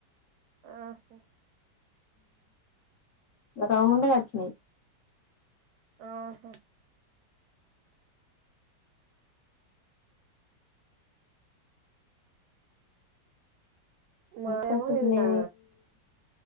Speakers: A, on the right; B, on the left.
A: ఆహా
B: రౌండు గా వచ్చినాయి.
A: ఆహా మాదేమో
B: కొచ్చుకు
A: ఇలా
B: నేవీ